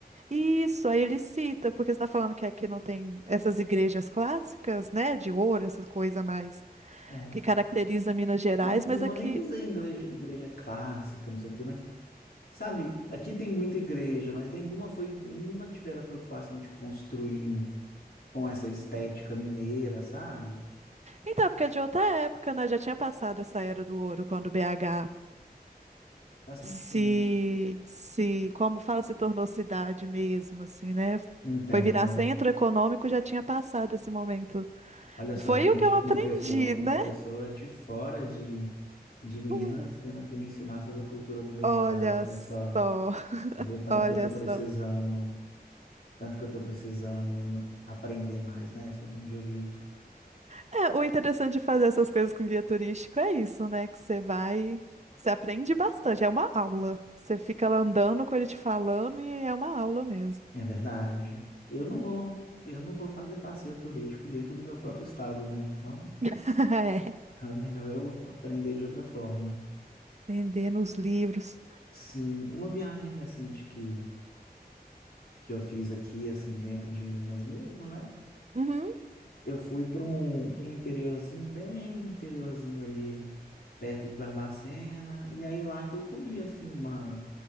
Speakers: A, on the right (about 45°); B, on the left (about 70°).
A: Isso, aí ele cita, porque você está falando que aqui não tem essas igrejas clássicas, né, de ouro, essas coisas mais
B: É.
A: que caracteriza Minas Gerais,
B: N- Não
A: mas
B: vou
A: aqui.
B: nem dizer igreja, igreja clássica, não sei o quê, mas, sabe, aqui tem muita igreja, mas nenhuma foi, nenhuma tiveram a preocupação de construir com essa estética mineira, sabe?
A: Então, é porque é de outra época, né? Já tinha passado essa era do ouro, quando BH
B: Faz sentido.
A: se, se, como fala, se tornou cidade mesmo, assim, né?
B: Entenda.
A: Foi virar centro econômico, já tinha passado esse momento.
B: Olha só,
A: Foi
B: gente,
A: o que eu aprendi,
B: uma pessoa, uma
A: né?
B: pessoa de fora de, de Minas
A: <laughs>
B: tendo que me ensinar sobre a cultura do meu
A: Olha
B: estado. Olha
A: só,
B: só, você viu o tanto
A: olha
B: que eu tô precisando
A: só.
B: Tanto que eu tô precisando aprender mais, né, sobre onde eu vivo.
A: É, o interessante de fazer essas coisas com guia turístico é isso, né? Que você vai, você aprende bastante, é uma aula. Você fica lá andando com ele te falando e é uma aula mesmo.
B: É verdade. Eu não vou, eu não vou fazer passeio turístico dentro do meu próprio estado, né? Então,
A: <laughs> É,
B: então é melhor eu aprender de outra forma.
A: vendendo os livros.
B: Sim, uma viagem recente que, que eu fiz aqui, assim, dentro de Minas mesmo, né?
A: Uhum.
B: Eu fui para um, para um interiorzinho, bem interiorzinho ali, perto de Barbacena, e aí lá que eu comi, assim, uma